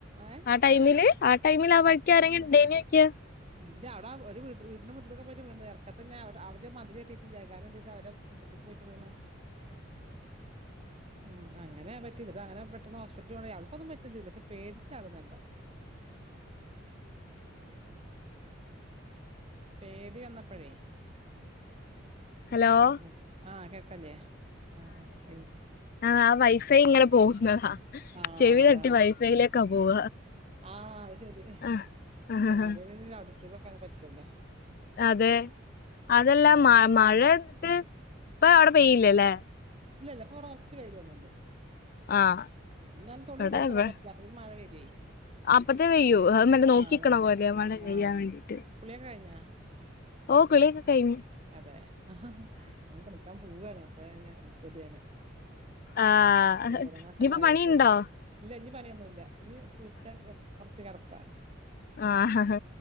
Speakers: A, on the right; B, on the left.
A: ഏഹ്
B: ആ ടൈമില് ആ ടൈമില് ആ വഴിക്ക് ആരെങ്കിലും ണ്ടായ്നിയോയ്ക്ക
A: ഇല്ല അവിടെ ഒരു വീടിന്റെ മുറ്റത്തൊക്കെ പോയി വീ ഇറക്ക തന്നെ അവര് മതിരിയാട്ടിട്ട് ജഗാരം ചെയ്ത് അവടെ മുറ്റത്ത് പോയിട്ട് വീണ് ഉം അങ്ങനെ പറ്റിയല്ല അനെ പെട്ടന്ന് ഹോസ്പിറ്റിൽ പോണ്ടെങ്ക അവൾക്കൊന്നും പറ്റും ചെയ്ല്ല പടിച്ചളന്നല്ലോ പേടി വന്നപ്പഴേ
B: ഹലോ
A: ഉം ആ കേൾക്കല്ലേ ആ ആ കയ്
B: ആ ആ വൈഫൈ ഇങ്ങനെ പോകുന്നതാ
A: ആ
B: ചെവി
A: അതാണ്.
B: തട്ടി വൈഫൈയിലേക്കാ പോവ
A: ആ ശരി
B: ആഹ് ആഹ്
A: ആ ലഡസ്പീ വെക്കാനും പറ്റില്ലല്ലോ
B: അതെ അതെല്ലാം
A: ആ
B: മ
A: അപ്പൊ
B: മഴത്ത് പ്പ അവിടെ പെയ്യില്ലല്ലേ
A: ഇല്ല ഇല്ല ഇപ്പൊ കുടെ കുറച്ച് വേരു വന്നിണ്ട്
B: ആഹ്
A: ഉ എന്നാലും തുണി
B: ഇവിടെ
A: പുറത്തടാൻ
B: ഇവ
A: പറ്റില്ല അ ഒരു മഴ പ വരുവാ
B: അപ്പത്തെ വെയ്യോ അ മെ നോക്കിക്കണ
A: അതന്നെ.
B: പോലെമ്മടെ
A: ആ.
B: കെയ്യാൻ വേണ്ടീട്ട്
A: കുളിയൊക്കെ കഴിഞ്ഞാ?
B: ഓ കുളിയൊക്കെ കൈഞ്ഞ്
A: അതെ ആ ഞാൻ കുളിക്കാൻ പോവാണ് അപ്പഴെ വിളിച്ചത്
B: ആഹ്
A: വരങ്ങട്ടന്ന
B: ഇനിയിപ്പോ
A: അറിയ
B: പണിയുണ്ടോ
A: എട്ട ഇല്ല ഇനി പണിയൊന്നുല്ല ഇനി കുളിച്ച കൊറച്ച് കടക്ക
B: ആ ഹ ഹ